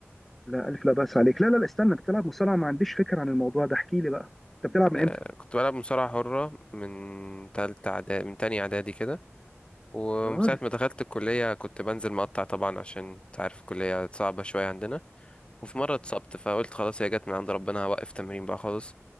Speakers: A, in the centre; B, on the left (about 20°).
A: لا الف لا باس عليك لا لا لا استنى انت بتلعب مصارعه ما عنديش فكره عن الموضوع ده احكي لي بقى انت بتلعب من
B: آه
A: امتى
B: كنت بلعب مصارعة حرة من تالتة إعدادي من تانية إعدادي كده ومن
A: يا راجل
B: ساعة ما دخلت الكلية كنت بنزل مقطع طبعا عشان أنت عارف الكلية صعبة شوية عندنا وفي مرة اتصبت فقلت خلاص هي جت من عند ربنا هوقف تمرين بقى خالص